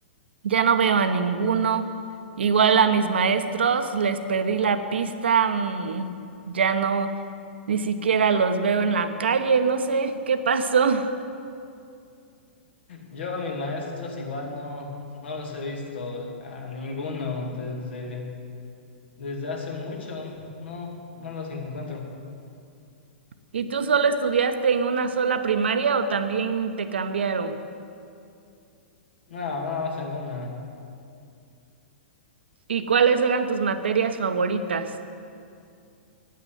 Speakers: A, on the right; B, on the left.
A: Ya no veo a ninguno. Igual a mis maestros, les perdí la pista, mm, ya no, ni siquiera los veo en la calle, no sé qué pasó. <laughs>
B: Yo a mis maestros igual no, no los he visto a ninguno desde, desde hace mucho, no, no los encuentro.
A: ¿Y tú solo estudiaste en una sola primaria o también te cambiaron?
B: No, nada más en una.
A: ¿Y cuáles eran tus materias favoritas?